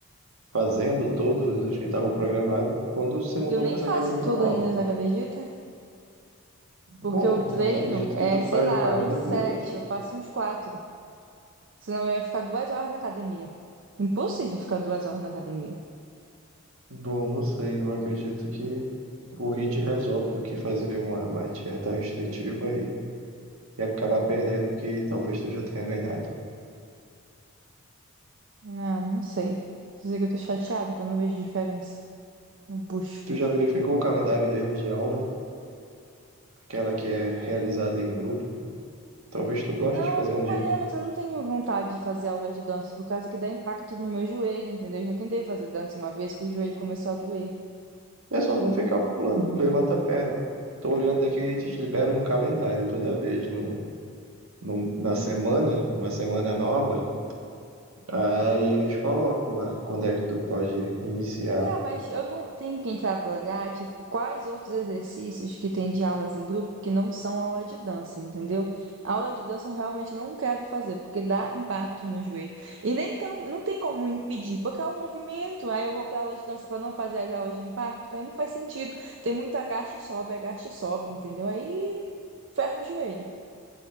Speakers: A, on the right; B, on the right.
A: Fazendo todos os que estavam programados quando se mudou
B: E eu nem
A: para
B: faço
A: essa academia
B: tudo
A: nova.
B: ainda, você acredita?
A: Bom,
B: Porque o treino
A: mas eu acredito
B: é,
A: que tu
B: sei
A: faz
B: lá,
A: mais
B: uns
A: do
B: sete,
A: que o outro.
B: eu faço uns quatro. Senão eu ia ficar duas horas na academia. Impossível ficar duas horas na academia.
A: Bom, não sei, eu acredito que o hit resolve do que fazer uma, uma dieta restritiva e, e acabar perdendo o que talvez tu já tenha ganhado.
B: Ah, não sei. Dizer que eu tô chateada, que eu não vejo diferença no bucho.
A: Tu já verificou o calendário deles de aula? Aquela que é realizada em grupo? Talvez tu goste
B: Não,
A: de fazer
B: eu nunca
A: um dia.
B: olhei, mas eu não tenho vontade de fazer aula de dança, por causa que dá impacto no meu joelho, entendeu? Eu já tentei fazer dança uma vez que o joelho começou a doer.
A: É só não ficar pulando, levanta a perna. Tô olhando aqui, eles liberam um calendário toda vez no, no- na semana, uma semana nova, Aí eles colocam lá quando é que tu pode iniciar.
B: Pois é, mas eu não tenho que entrar para olhar, tipo, quais outros exercícios que tem de aulas em grupo que não são aula de dança, entendeu? Aula de dança eu realmente não quero fazer, porque dá impacto no joelho. E nem tão, não tem como impedir, porque é o movimento. Aí eu vou para aula de dança para não fazer as aulas de impacto, aí não faz sentido. Tem muito agaste e sobe, agaste e sobe, entendeu? Aí ferra o joelho.